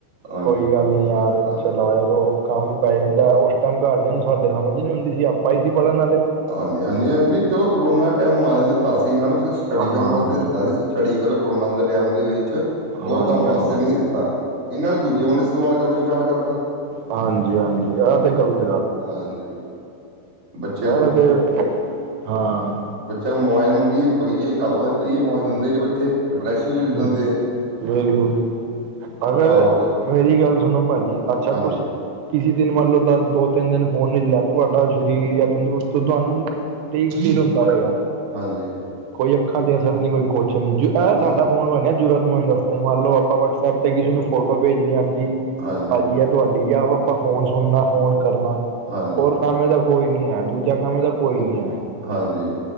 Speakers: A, on the right; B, on the right.
A: ਹਾਂਜੀ
B: ਕੋਈ
A: ਹਾਂਜੀ
B: ਗੱਲ ਨੀ ਯਾਰ
A: ਹਾਂਜੀ
B: ਚਲਾ ਦੋ। ਕੰਮ ਪੈ ਜਾਂਦਾ ਉਸ ਟਾਈਮ ਘਰਦਿਆਂ ਨੂੰ ਸਾਡੇ ਸਮਝ ਨੀ ਹੁੰਦੀ ਸੀ ਆਪਾਂ ਹੀ ਸੀ ਪੜ੍ਹਨ ਵਾਲੇ।
A: ਹਾਂਜੀ ਹਾਂਜੀ ਨ ਚਲੋ ਕੋਰੋਨਾ ਟਾਈਮ ਮੋਬਾਇਲ ਦਿੱਤਾ ਸੀ ਇਹਨਾਂ ਨੂੰ ਸਟੱਡੀ
B: ਹਾਂ,
A: ਕਰਨ ਵਾਸਤੇ ਦਿੱਤਾ ਸੀ। ਸਟੱਡੀ ਕਰੋ ਕਰੋਨਾ ਦੇ ਟਾਈਮ ਦੇ ਵਿੱਚ,
B: ਹਾਂਜੀ-ਹਾਂਜੀ।
A: ਹੋਰ ਕੰਮ ਵਾਸਤੇ ਨੀ ਦਿੱਤਾ। ਇਹਨਾਂ ਨੇ ਦੂਜੇ ਬੰਨੇ ਇਸਤੇਮਾਲ ਕਰਨਾ ਸਟਾਰਟ ਕਰਤਾ।
B: ਹਾਂਜੀ-ਹਾਂਜੀ ਆਹ
A: ਹਾਂਜੀ
B: ਤੇ ਗ਼ਲਤ
A: ਹਾਂਜੀ। ਬੱਚੇ
B: ਉਹੀ ਤੇ, ਹਾਂ।
A: ਬੱਚਾ ਮੋਬਾਇਲ ਮੰਗਗੀਏ ਖੋਈਏ ਗੱਲਬਾਤ ਕਰੀਏ ਮੋਬਾਇਲ ਦਿੰਦੇ ਨੀ ਬੱਚੇ ਡਿਪ੍ਰੈਸ਼ਨ ਚਲੇ
B: ਹੂੰ
A: ਜਾਂਦੇ ਐ।
B: ਬਿਲਕੁਲ, ਅਗਰ
A: ਉਹ ਤਾਂ
B: ਮੇਰੀ ਗੱਲ ਸੁਣੋ ਭਾਜੀ ਅੱਛਾ
A: ਹਾਂਜੀ
B: ਤੁਸੀਂ ਕਿਸੇ ਦਿਨ ਮੰਨ ਲਓ ਦ ਦੋ -ਤਿੰਨ ਦਿਨ ਫੋਨ ਨੀ ਚਲਾਇਆ, ਤੁਹਾਡਾ ਸਰੀਰ ਜਾਂ ਤੰਦਰੁਸਤ ਤੁਹਾਨੂੰ ਠੀਕ-ਠੀਕ ਰੈਦਾ ਹੋਏਗਾ।
A: ਹਾਂਜੀ
B: ਕੋਈ ਅੱਖਾਂ ਤੇ ਅਸਰ ਨੀ ਕੋਈ ਕੁਛ ਨੀ, ਆਹ ਸਾਡਾ
A: ਹਾਂਜੀ
B: ਫੋਨ ਆ ਨਾ ਜ਼ਰੂਰਤ ਮੰਦ ਵਾਸਤੇ ਮੰਨ ਲਓ ਆਪਾਂ ਵਟਸਐਪ ਤੇ ਕਿਸੇ ਨੂੰ ਫੋਟੋ ਭੇਜਨੀ ਹਾਂਜੀ।
A: ਹਾਂਜੀ
B: ਭਾਜੀ ਤੁਹਾਡੀ ਆਪ ਆਪਾਂ ਫੋਨ ਸੁਣਨਾ ਫੋਨ ਕਰਨਾ।
A: ਹਾਂਜੀ
B: ਹੋਰ ਕੰਮ ਇਹ ਦਾ ਕੋਈ ਨੀ ਐ, ਦੂਜਾ ਕੰਮ ਇਹਦਾ ਕੋਈ ਨੀ ਐ।
A: ਹਾਂਜੀ